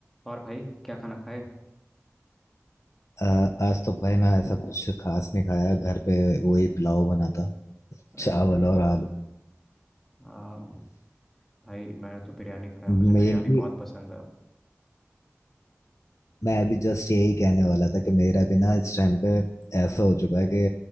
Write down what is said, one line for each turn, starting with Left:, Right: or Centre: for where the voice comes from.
Centre: और भाई क्या खाना खाए
Left: अ, आज तो भाई मैं ऐसा कुछ खास नहीं खाया घर पे वही पुलाव बना था
Centre: अरे
Left: चावल
Centre: यार पुलाव
Left: और आलू
Centre: हाँ भाई मैंने तो बिरयानी खाया
Left: मेनली
Centre: मुझे बिरयानी बहुत पसंद
Left: मैं अभी जस्ट यही कहने वाला था कि मेरा भी ना इस टाइम पे ऐसा हो चुका है कि